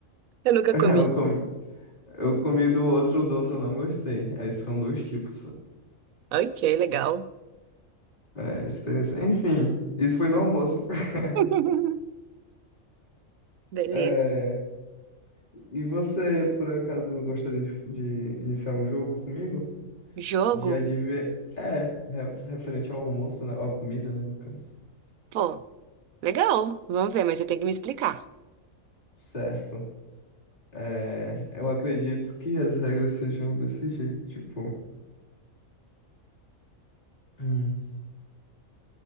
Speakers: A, on the right; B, on the left.
A: Eu nunca
B: <laughs>
A: comi.
B: Eu comi, eu comi do outro, do outro eu não gostei. Aí são dois tipos.
A: Ok, legal.
B: É, experiência. Enfim, isso foi no almoço. <laughs>
A: <laughs> Beleza.
B: É, e você, por acaso, gostaria de, de iniciar um jogo comigo?
A: Jogo?
B: De adivinhar. É, re- referente ao almoço, né? Ou à comida, né, no caso.
A: Pô, legal. Vamos ver, mas você tem que me explicar.
B: Certo. É, eu acredito que as regras sejam desse jeito, tipo, Hum.